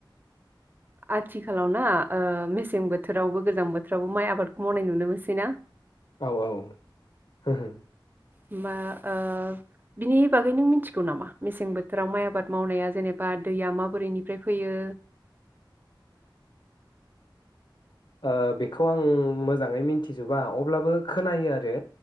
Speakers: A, on the right (about 25°); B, on the left (about 65°).
A: आथिखालाव ना ओ मेसें बोथोरावबो गोजां बोथोरावबो माइ आबादखौ मावनाय नुनो मोनसै ना?
B: औ औ <unintelligible>
A: होमबा ओ बिनि बागै नों मिथिगौ नामा मेसें बोथोराव माइ आबाद मावनाया जेनेबा दैया माबोरैनिफ्राय फैयो?
B: ओ बेखौ आं मोजाङै मिथिजोबा अब्लाबो खोनायो आरो